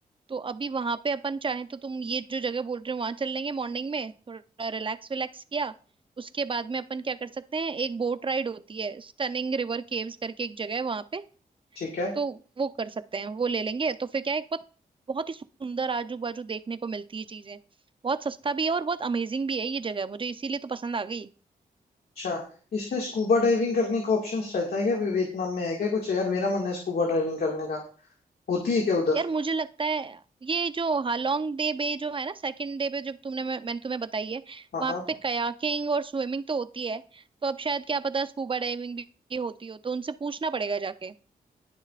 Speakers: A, on the right (about 35°); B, on the left (about 75°).
A: तो अभी वहां पे अपन चाहें तो तुम ये जो जगह बोल रहे हो वहां चल लेंगे मॉर्निंग में थोड़ा रिलैक्स विलैक्स किया उसके बाद में अपन क्या कर सकते हैं एक बोट राइड होती है स्टनिंग रिवर केव्स करके एक जगह है वहां पे
B: ठीक है
A: तो वो कर सकते हैं वो ले लेंगे तो फिर क्या है एक बहुत बहुत ही सुंदर आजू बाजू देखने को मिलती है चीजें बहुत सस्ता भी है और बहुत अमेजिंग भी है ये जगह मुझे इसीलिए तो पसंद आ गई
B: अच्छा इसमें स्कूबा डाइविंग करने का ऑप्शंस रहता है क्या वियतनाम में है क्या कुछ यार मेरा मन है स्कूबा डाइविंग करने का होती है क्या उधर
A: यार मुझे लगता है ये जो हालोंग डे बे जो है ना सेकंड डे पे जो तुमने मैं, मैंने तुम्हें बताई है
B: हाँ
A: वहां
B: हाँ
A: पे कयाकिंग और स्विमिंग तो होती है तो अब शायद क्या पता स्कूबा डाइविंग भी होती हो तो उनसे पूछना पड़ेगा जाके